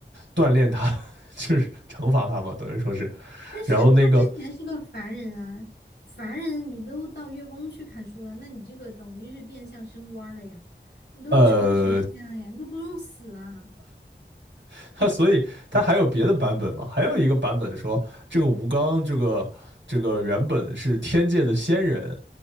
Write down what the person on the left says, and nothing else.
但是他之前是个凡人啊，
凡人你都到月宫去砍树了，那你这个等于是变相升官儿了呀，你都成为神仙了呀，
你都不用死啊。